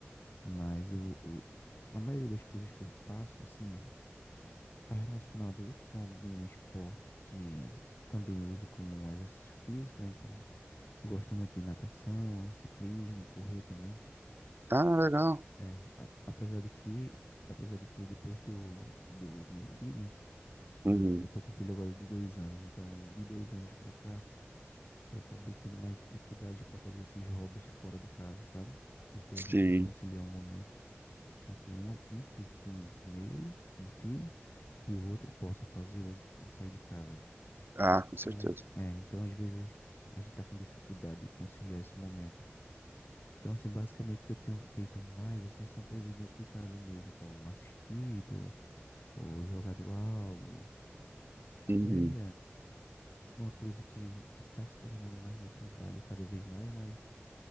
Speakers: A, on the left; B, on the right.
A: Mas o, o- a maioria das coisas que eu faço, assim, tá relacionado com algum esporte que também uso como um exercício físico, né? Então, gosto muito de natação, ciclismo, correr também.
B: Ah, legal.
A: É, a- apesar de que, apesar de que depois do, do meu filho, que
B: Uhum.
A: ele- eu tô com um filho agora de dois anos, então de dois anos pra cá eu acabei tendo mais dificuldade para fazer esses hobbies fora de casa, sabe? Porque
B: Sim.
A: a gente tem que conciliar um momento em que um, um fique com, com ele, com o filho, e o outro possa fazer ou, ou sair de casa.
B: Ah,
A: Então,
B: com certeza.
A: é, então às vezes a gente tá com dificuldade de conciliar esse momento. Então, assim, basicamente o que eu tenho feito mais, assim, são coisas dentro de casa mesmo. Então, assistido, ou jogado algo, até
B: Uhum.
A: uma coisa que, que tá se tornando mais meu trabalho cada vez mais, mas